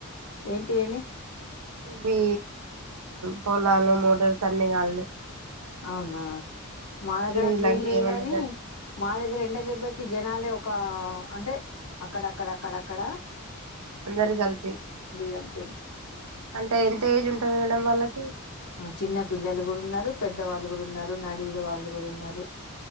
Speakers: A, on the left; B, on the right.
A: ఏంటి అడి
B: ఇవి పొలాలు మూడలు సన్నగాలిని
A: అవునా మా దగ్గర అట్లే
B: ఇలాంటివి
A: ఏం లేదు
B: ఏమన్నా
A: కాని
B: జరి
A: మా దగ్గర ద్గర ఎెండో దెబ్బకి జనాలే ఒక అంటే అక్కడక్కడ అక్కడక్కడ
B: అందరి కలిపి
A: చనిపోయిండ్రు
B: అంటే ఎంత ఏజ్ ఉంటుంది మేడం వాళ్ళకి
A: చిన్న పిల్లలు కూడా ఉన్నారు పెద్దవాళ్ళు కూడా ఉన్నారు నడయుడు వాళ్ళు కూడా ఉన్నారు